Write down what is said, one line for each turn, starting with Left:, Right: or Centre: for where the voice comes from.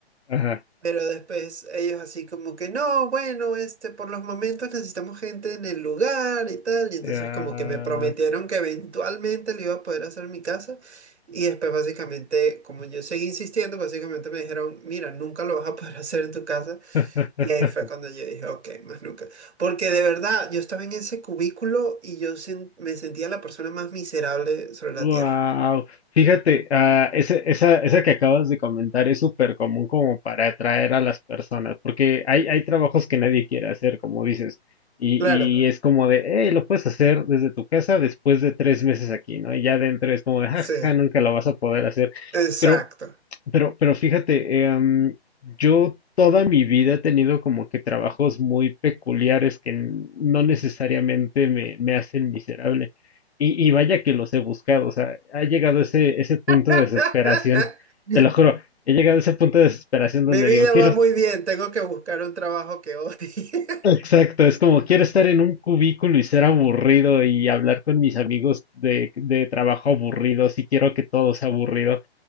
Left: ajá,
Right: Pero después ellos así como que no, bueno, este, por los momentos necesitamos gente en el lugar y tal. Y entonces
Left: ah.
Right: como que me prometieron que eventualmente le iba a poder hacer mi casa. Y después básicamente, como yo seguí insistiendo, básicamente me dijeron, mira, nunca lo vas a poder <laughs> hacer en tu casa.
Left: <laughs>
Right: Y ahí fue cuando yo dije, ok, más nunca. Porque de verdad, yo estaba en ese cubículo y yo sen- me sentía la persona más miserable sobre
Left: Wow,
Right: la tierra.
Left: fíjate, ah, ese- esa, esa que acabas de comentar es súper común como para atraer a las personas, porque hay, hay trabajos que nadie quiere hacer, como dices, y,
Right: Claro,
Left: y es como de, hey, lo puedes hacer desde tu casa después de tres meses aquí, ¿no? Y ya dentro es como de, jaja,
Right: sí,
Left: nunca lo vas a poder hacer.
Right: exacto.
Left: Pero, pero, pero fíjate, em, yo toda mi vida he tenido como que trabajos muy peculiares que n- no necesariamente me, me hacen miserable. Y, y vaya que los he buscado, o sea, ha llegado ese, ese punto
Right: <laughs>
Left: de desesperación, te lo juro, he llegado a ese punto de desesperación
Right: Mi
Left: donde
Right: vida
Left: digo, quiero,
Right: va
Left: es-
Right: muy bien, tengo que buscar un trabajo que odie.
Left: exacto, es como quiero estar en un cubículo y ser aburrido y hablar con mis amigos de, de trabajo aburridos y quiero que todo sea aburrido,